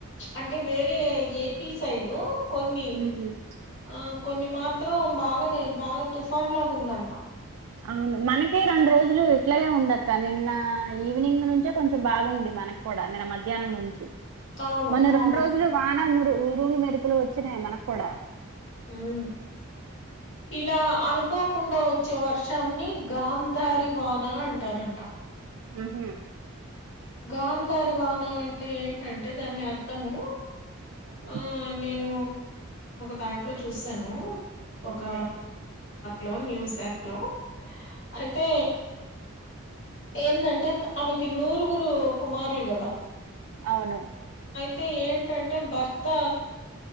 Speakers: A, on the left; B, on the right.
A: అంటే వేరే ఏపీ సైడు కొన్ని
B: ఉమ్.
A: ఆ కొన్ని మాత్రం బాగానే బాగా తుఫాన్ లాగా ఉందంట
B: అవును మనకే రెండు రోజులు ఇట్లాగే ఉండక్క నిన్న ఈవినింగ్ నుంచే కొంచెం బాగుంది మన కూడా నిన్న మధ్యాహ్నం నుంచి
A: అవును
B: మొన్న
A: అవును
B: రెండు రోజులు వానరు రూలు మెరుపులు వచ్చినాయి మనకు కూడా
A: అ ఇలా అనుకోకుండా వచ్చే వర్షాన్ని గాంధారి వానా అంటారంట
B: ఆహా
A: గాంధారి వాన అంటే ఏంటంటే దాని అర్థము
B: హ
A: ఆ నేను దాంట్లో చూాను ఒక
B: ఓకే
A: లో న్యూస్ యాప్ లో అయితే ఏంటంటే ఆమెకి నూరుగురు కుమారులు కదా
B: అవును
A: అయితే ఏంటంటే భర్త